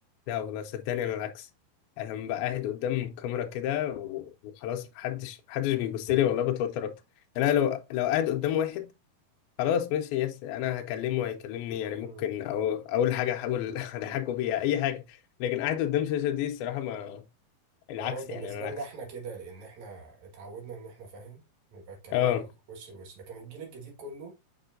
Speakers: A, on the left; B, on the right.
A: لا والله صدقني انا العكس انا لما ببقى قاعد قدام الكاميرا كده و- وخلاص محدش محدش بيبص لي والله بتوتر اكتر يعني انا لو لو قاعد قدام واحد خلاص ماشي يس انا هكلمه وهيكلمني يعني ممكن
B: امم
A: او اول حاجه هحاول <laughs> اضحكه بيها اي حاجه لكن قاعد قدام الشاشه دي الصراحه ما العكس
B: هو بالنسبة
A: يعني انا العكس
B: لنا احنا كده لان احنا اتعودنا ان احنا فاهم يبقى الكلام
A: اه
B: وش لوش لكن الجيل الجديد كله